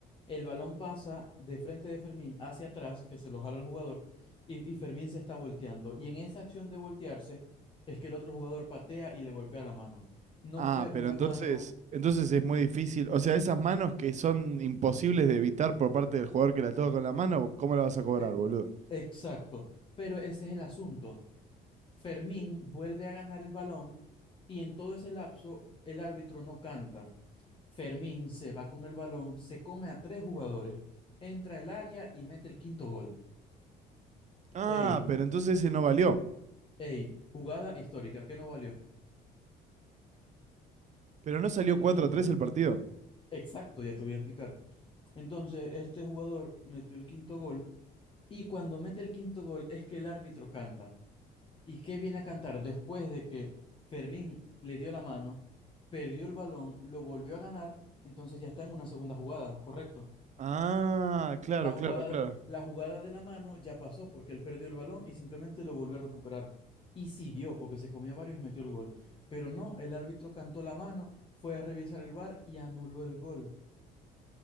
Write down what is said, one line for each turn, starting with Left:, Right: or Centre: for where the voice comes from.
Left: El balón pasa de frente de Fermín hacia atrás, que se lo jala el jugador, y, y Fermín se está volteando. Y en esa acción de voltearse es que el otro jugador patea y le golpea la mano. No
Right: Ah,
Left: fue una
Right: pero entonces,
Left: mano
Right: entonces es muy difícil. O sea, esas manos que son imposibles de evitar por parte del jugador que la toca con la mano, ¿cómo la vas a cobrar,
Left: eh,
Right: boludo?
Left: exacto, pero ese es el asunto. Fermín vuelve a ganar el balón y en todo ese lapso el árbitro no canta. Fermín se va con el balón, se come a tres jugadores, entra al área y mete el quinto gol.
Right: Ah,
Left: Ey,
Right: pero entonces ese no valió.
Left: ey, jugada histórica, ¿qué no valió?
Right: Pero no salió
Left: El
Right: 4
Left: quinto.
Right: a 3 el partido.
Left: Exacto, ya te voy a explicar. Entonces, este jugador metió el quinto gol y cuando mete el quinto gol es que el árbitro canta. ¿Y qué viene a cantar después de que Fermín le dio la mano, perdió el balón, lo volvió a ganar, entonces ya está en una segunda jugada, ¿correcto?
Right: Ah, claro,
Left: La jugada,
Right: claro, claro.
Left: la jugada de la mano ya pasó porque él perdió el balón y simplemente lo volvió a recuperar. Y siguió porque se comió a varios y metió el gol. Pero no, el árbitro cantó la mano, fue a revisar el VAR y anuló el gol.